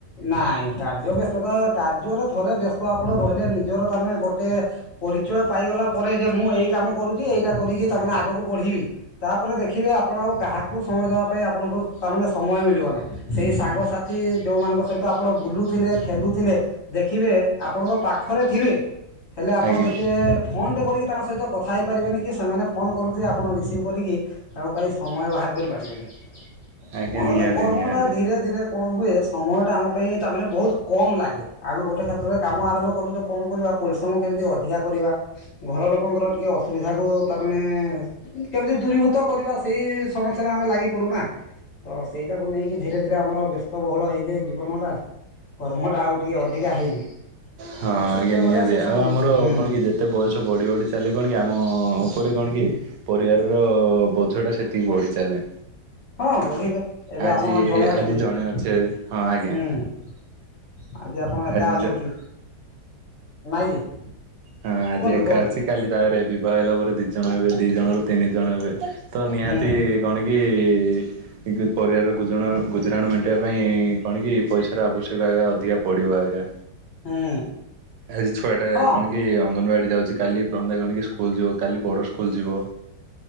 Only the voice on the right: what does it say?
ଆଜ୍ଞା
ଆଜ୍ଞା
ନିହାତି
ନିହାତି
ହଁ
ଆଜ୍ଞା ନିହାତି,
ଆଉ
ଆମର
କଣ କି ଯେ ତେ ବୟସ ବଢି ବଢି ଚାଲେ କଣ କି ଆମ ଉପରେ କଣ କି ପରିବାର ର ବୋଝ ଟା ସେତିକି ବଢି ଚାଲେ।
ଆଜି
ଆଜି ଜଣେ ଅଛେ
ହଁ ଆଜ୍ଞା
ଆଜି
ହଁ ଆଜି
ଏକା
ଅଛି କାଲି ତାପରେ ବିବାହ ହେଲା ପରେ ଦି ଜଣ ହେବେ ଦି ଜଣ ର ତିନି ଜଣ ହେବେ। ତ ନିହାତି
କଣ କି ନିଜ ପରିବାରର ଗୁଜୁଣାଣ ଗୁଜୁରାଣ ମେଣ୍ଟିବା ପାଇଁ କଣ କି ପଇସାର ଆବଶ୍ୟକ ଆଜ୍ଞା ଅଧିକା ପଡ଼ିବ ଆଜ୍ଞା।
ଆଜି ଛୁଆ ଟା
କଣ କି ଅଙ୍ଗନବାଡି ଯାଉଛି କାଲି ରନ୍ଦା ଗଣିକି ସ୍କୁଲ ଯିବ କାଲି ବଡ ସ୍କୁଲ ଯିବ,